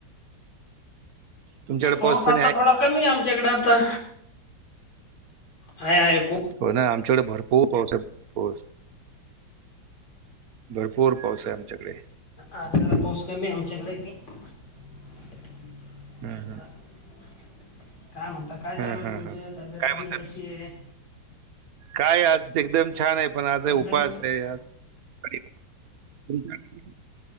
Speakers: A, on the right; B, on the left.
A: तुमच्याकडे
B: पाऊस आता
A: पाणी आहे
B: थोडा कमी आय आमच्याकडे आता हाय हाय खूप
A: होना आमच्याकडे भरपूर पाऊस आहे पाऊस भरपूर पाऊस ये आमच्याकडे.
B: आज जरा पाऊस कमी ये आमच्याकडे <unintelligible> <unintelligible>
A: हम्म हम्म
B: काय म्हणता काय चालूय
A: हा हा
B: तुमच
A: हा
B: तब्येत
A: काय
B: पाणी
A: म्हणतात
B: कशी ये.
A: काय आज एकदम छान आहे. फराळाचं
B: तब्येत
A: उपवास
B: वगैरे
A: ये आज आज <unintelligible>